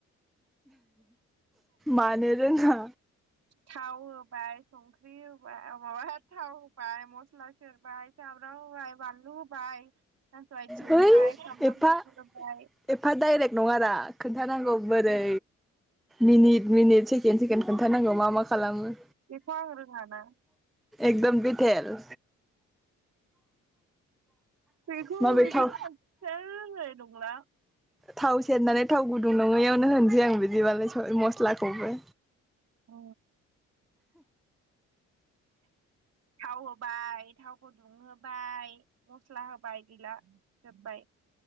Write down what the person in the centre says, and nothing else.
मानो रोङा।
है
एफा
एफा डाइरेक्ट नङारा खोन्थानांगौ बोरै मिनिट मिनिट सेकेण्ड सेकेण्ड, खोनथानांगौ मा मा खालामो
एकदम डिटेल,
माबे
थाव
थाव सेरनानै थाव गुदुं नङैआवनो होनसै आं बिदिबालाय स मस्लाखौबो,